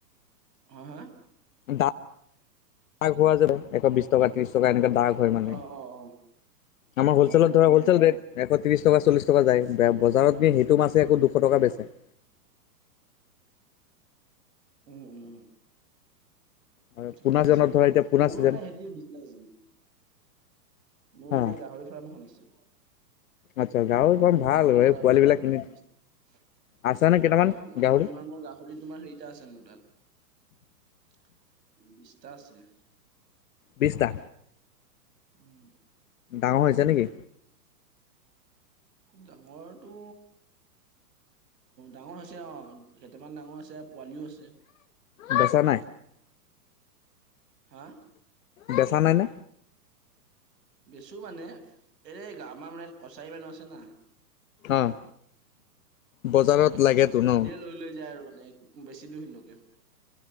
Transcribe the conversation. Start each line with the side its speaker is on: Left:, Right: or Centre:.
Right: হা-হা
Left: দাগ দাগ হোৱা যাব এশ বিশ টকা ত্ৰিশ টকা এনেকে দাগ হয় মানে
Right: অ', অ', অ',
Left: আমাৰ হৌলচেলত
Right: অ',
Left: ধৰা হলছেল ৰেট এশ ত্ৰি টকা চল্লিছ টকা যায় বজাৰত নি সেইটো মাছেই আকৌ দুশ টকা বেচে৷
Right: উম উম উম
Left: আৰু
Right: ঠিকে
Left: পোনা ছিজনত
Right: আছে
Left: ধৰা
Right: বাৰু
Left: এতিয়া পোনা
Right: মোৰো
Left: ছিজন
Right: মানে হেৰি বিচনেছ মোৰ
Left: হা
Right: মানে গাহৰি ফাৰ্ম এখন আছে।
Left: আচ্ছা গাহৰি ফাৰ্ম ভাল
Right: গাহনি
Left: হয়
Right: ফ্ৰা,
Left: পোৱালিবিলাক
Right: গাহৰি
Left: কিনি
Right: ফাৰ্ম এখন আছে
Left: আছেনে কেইটামান
Right: অ মানে
Left: গাহৰি
Right: তোমাৰ মোৰ গাহ ৰি তোমাৰ হেৰিটা আছে মোৰ তাত, বিশটা আছে
Left: বিছটা?
Right: উম।
Left: ডাঙৰ হৈছে নেকি?
Right: ডাঙৰটো, ডাঙৰ হৈছে অ কেইটামান ডাঙৰ আছে পোৱালিও আছে
Left: বেচা নাই?
Right: হা?
Left: বেচা নাই নে?
Right: বেছো মানে, এৰে আমাৰ মানে ইয়াত কছাৰী মানুহ আছে না।
Left: অ',
Right: মানে
Left: বজাৰত লাগেতো
Right: সিনধে
Left: ন?
Right: লৈ লৈ যায় আৰু মানে বেছি দিওঁ সিহঁন্ধকে,